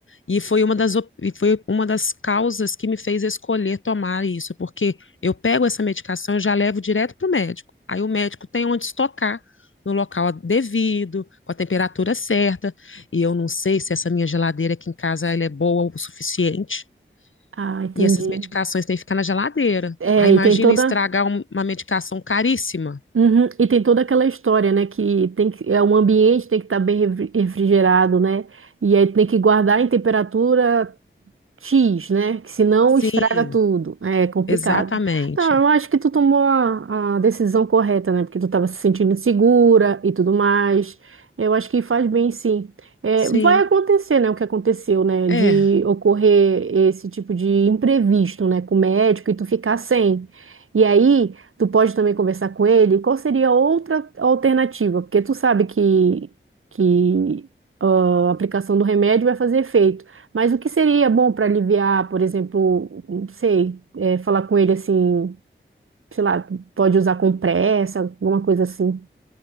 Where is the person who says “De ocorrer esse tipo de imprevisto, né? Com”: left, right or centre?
Right